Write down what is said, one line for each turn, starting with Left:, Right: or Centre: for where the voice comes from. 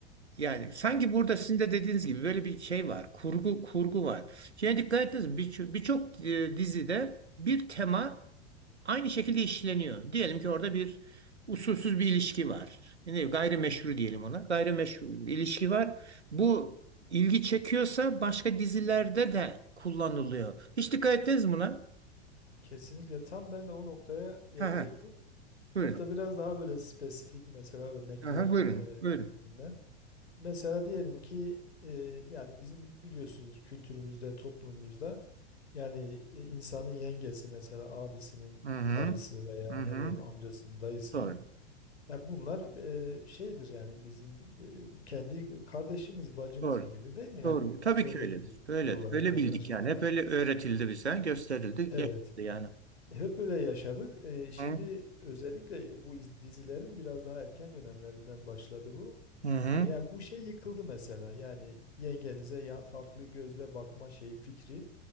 Right: Yani sanki burada sizin de dediğiniz gibi böyle bir şey var. Kurgu kurgu var. Şeye dikkat ettiniz mi? Birço- Birçok e, dizide bir tema aynı şekilde işleniyor. Diyelim ki orada bir usulsüz bir ilişki var. Yani gayrimeşru diyelim ona. Gayrimeşru bir ilişki var. Bu ilgi çekiyorsa başka dizilerde de kullanılıyor. Hiç dikkat ettiniz mi buna?
Left: Kesinlikle tam ben de o noktaya gelecektim.
Right: Ha ha. Buyurun.
Left: Hatta biraz daha böyle spesifik mesela örnekler
Right: Aha, buyurun.
Left: e,
Right: Buyurun.
Left: üzerinden. mesela diyelim ki e, yani bizim biliyorsunuz kültürümüzde, toplumumuzda yani e, insanın yengesi mesela abisinin
Right: Hı hı.
Left: karısı veya
Right: Hı hı.
Left: ne bileyim amcasının, dayısının
Right: Doğru.
Left: ya bunlar e, şeydir yani bizim e, kendi kardeşimiz, bacımız
Right: Doğru.
Left: gibidir değil mi? Yani
Right: Doğru.
Left: biz
Right: Tabii
Left: öyle
Right: ki öyledir.
Left: biliyoruz
Right: Öyledir.
Left: şey olarak,
Right: Öyle
Left: yaklaşım
Right: bildik yani.
Left: olarak.
Right: Hep öyle öğretildi bize, gösterildi,
Left: Evet.
Right: yaşandı yani.
Left: Hep öyle yaşadık. Ee, şimdi
Right: Hı
Left: özellikle bu iz- dizilerin biraz daha erken dönemlerinden başladı bu.
Right: hı. hı.
Left: E, Yani bu şey yıkıldı mesela. Yani yengenize ya farklı gözle bakma şeyi fikri